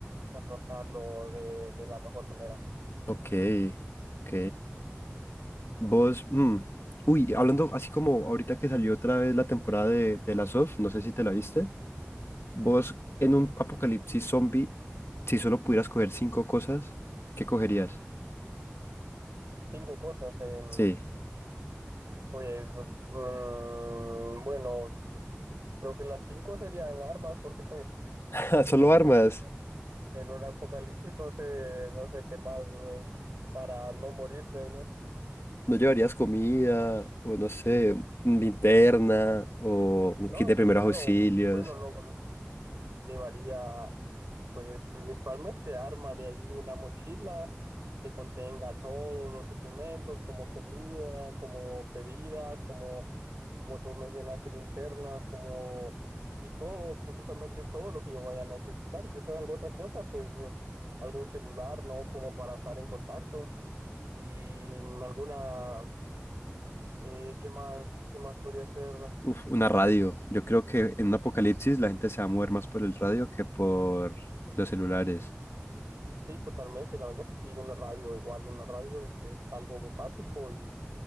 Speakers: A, on the right; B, on the left.
A: afrontarlo de, de la mejor manera.
B: Ok, ok. Vos, mm, Uy, hablando así como ahorita que salió otra vez la temporada de, de Last of, no sé si te la viste. Vos en un apocalipsis zombie, si solo pudieras coger cinco cosas, ¿qué cogerías?
A: Cinco cosas. em,
B: Sí.
A: pues, mm, bueno, creo que las cinco serían armas, porque <laughs>
B: <laughs> Solo
A: en
B: armas.
A: un apocalipsis, en un apocalipsis no sé, no sé qué más, eh, para no morirse, ¿no?
B: No llevarías comida o no sé, un- linterna o un
A: No,
B: kit de
A: sí,
B: primeros
A: claro.
B: auxilios.
A: Bueno, lo llevaría, pues, principalmente arma de ahí una mochila que contenga todos los suplementos, como comida, como bebidas, como, como tú mencionaste, linternas, como, y todo, absolutamente todo lo que yo vaya a necesitar. Quizás alguna otra cosa, pues, algún celular, ¿no? Como para estar en contacto. Y alguna, eh, ¿qué más, qué más podría ser?
B: Uf, una radio. Yo creo que en un apocalipsis la gente se va a mover más por el radio que por los celulares.
A: Sí, totalmente. La verdad que sí, una radio igual, una radio es algo básico y